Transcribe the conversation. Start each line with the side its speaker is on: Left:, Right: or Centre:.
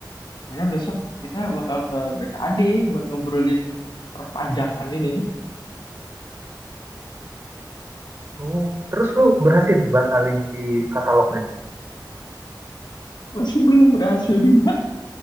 Left: Karena besok kita bakal ke BKAD buat ngobrolin perpajakan ini.
Right: Oh, terus lu berhasil batalin di katalognya?
Left: Masih belum berhasil juga